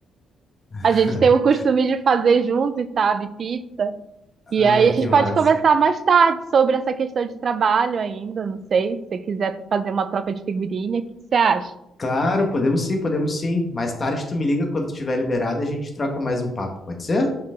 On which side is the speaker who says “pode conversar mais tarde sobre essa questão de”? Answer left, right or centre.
Right